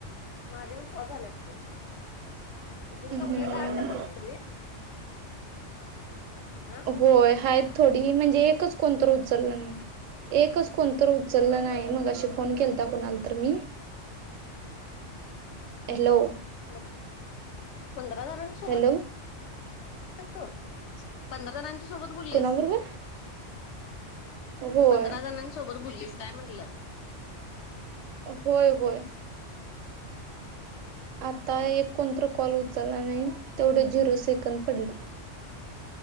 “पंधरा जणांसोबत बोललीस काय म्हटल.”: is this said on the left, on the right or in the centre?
Left